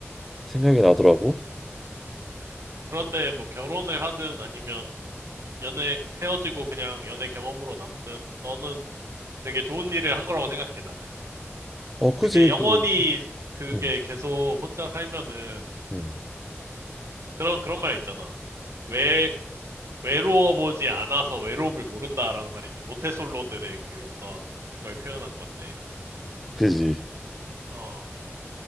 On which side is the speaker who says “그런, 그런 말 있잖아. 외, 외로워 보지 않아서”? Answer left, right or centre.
Right